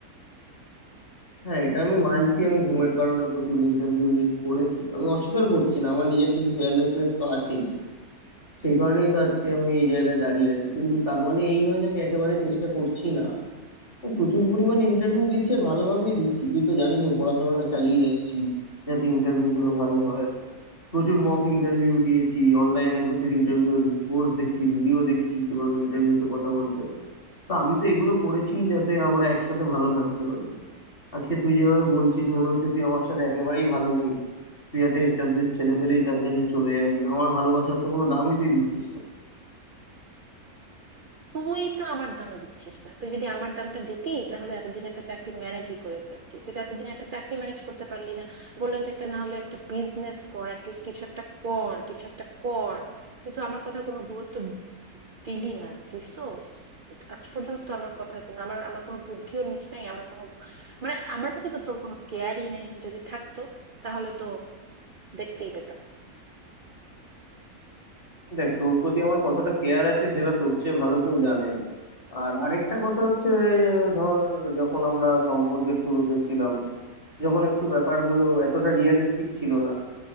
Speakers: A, on the left (about 35°); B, on the right (about 45°).
A: হ্যাঁ এটা আমি মানছি আমি ঘুমের কারণে প্রচুর ইন্টারভিউ মিস করেছি আমি অস্বীকার করছি না আমার নিজের কিছু কেয়ারলেসনেস তো আছেই সেই কারণেই তো আজকে আমি এই জায়গায় দাঁড়িয়ে আছি কিন্তু তার মানে এই নয় যে আমি একেবারে চেষ্টা করছি না আমি প্রচুর পরিমাণে ইন্টারভিউ দিচ্ছি আর ভালোভাবেই দিচ্ছি তুই তো জানিস ও পড়াশোনাটা চালিয়ে যাচ্ছি যাতে ইন্টারভিউ গুলো ভালো হয় প্রচুর মক ইন্টারভিউ দিয়েছি অনলাইনে প্রচুর ইন্টারভিউ কোর্স দেখছি ভিডিও দেখছি কিভাবে ইন্টারভিউতে কথা বলতে হয় তো আমি তো এগুলো করেছি যাতে আমরা একসাথে ভালো থাকতে পারি আজকে তুই যেভাবে বলছিস মনে হচ্ছে তুই আমার সাথে একেবারেই ভালো নেই তুই একটা এস্টাবলিশ ছেলে পেলেই তার কাছে চলে যাবি আমার ভালোবাসার তো কোনো দামই তুই দিচ্ছিস না
B: তুই তো আমার দাম দিচ্ছিস না তুই যদি আমার দামটা দিতি তাহলে এতদিন একটা চাকরি ম্যানেজই করে ফেলতি তুই তো এতদিন একটা চাকরি ম্যানেজ করতে পারলি না বললাম যে একটা না হলে একটা বিজনেস কর অ্যাটলিস্ট কিছু একটা কর কিছু একটা কর তুই তো আমার কথার কোনো গুরুত্ব দিলি না দিছোস আজ পর্যন্ত তো আমার কথার কোনো আমার আমার কোনো বুদ্ধিও নিস নাই আমার কোনো মানে আমার প্রতি তো তোর কোনো কেয়ারই নেই যদি থাকতো তাহলে তো দেখতেই পেতাম
A: দেখ তোর প্রতি আমার কতটা কেয়ার আছে সেটা তোর চেয়ে ভালো কেউ জানে না আর আরেকটা কথা হচ্ছে ধর যখন আমরা সম্পর্কের শুরুতে ছিলাম যখন একটু ব্যাপারগুলো এতটা রিয়েলিস্টিক ছিল না